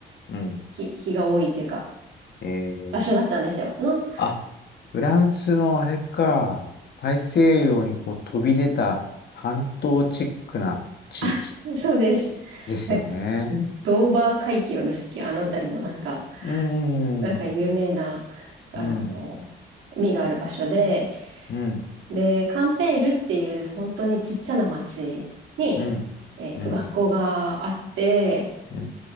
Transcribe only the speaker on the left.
うん。
えー、
あ、フランスのあれか、大西洋にこう飛び出た半島チックな地域
ですよね。
うん、
うん、
うん、うん、
うん
うん、
うん、
うん、